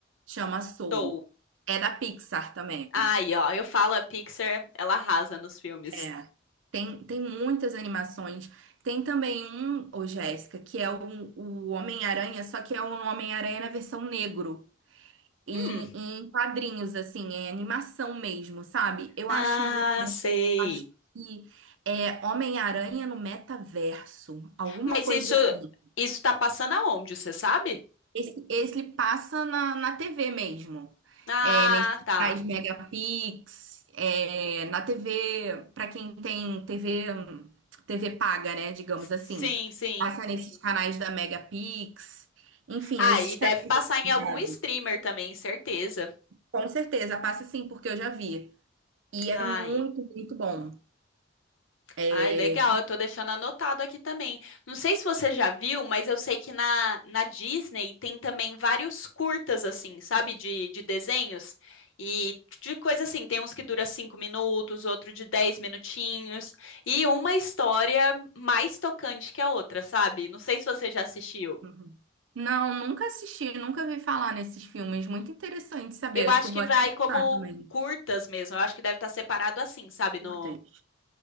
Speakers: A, on the right (about 75°); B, on the left (about 80°).
A: chama Soul.
B: Soul.
A: É da Pixar também.
B: ai ó, eu falo, a Pixar, ela arrasa nos filmes.
A: É. Tem, tem muitas animações. Tem também um, ô Jéssica, que é o, o Homem-Aranha, só que é um Homem-Aranha na versão negro. E
B: Hum,
A: em quadrinhos, assim, é animação mesmo, sabe? Eu
B: ah,
A: acho, mu- eu
B: sei.
A: acho que é Homem-Aranha no metaverso, alguma
B: Mas
A: coisa
B: isso,
A: assim.
B: isso tá passando aonde, você sabe?
A: Esse, esse ele passa na, na TV mesmo.
B: Ah,
A: É, nesses
B: tá.
A: canais Megapix, é, na TV, para quem tem TV, hum, TV paga, né, digamos assim.
B: Sim, sim,
A: Passa
B: sim.
A: nesses canais da Megapix. Enfim,
B: Ah,
A: esses
B: e deve
A: canais
B: passar
A: assim,
B: em algum
A: sabe?
B: streamer também, certeza.
A: Com certeza, passa sim, porque eu já vi. E é
B: Ai,
A: muito, muito bom.
B: Ai,
A: É,
B: legal,
A: que-
B: eu tô deixando anotado aqui também. Não sei se você já viu, mas eu sei que na, na Disney tem também vários curtas, assim, sabe, de, de desenhos e de coisa assim. Tem uns que dura cinco minutos, outro de dez minutinhos, e uma história mais tocante que a outra, sabe? Não sei se você já assistiu.
A: Uhum. Não, nunca assisti, nunca vi falar nesses filmes. Muito interessante saber.
B: Eu acho
A: Acho que eu
B: que
A: vou
B: vai
A: até anotar
B: como
A: também.
B: curtas mesmo, eu acho que deve estar separado assim, sabe? No...
A: Importante.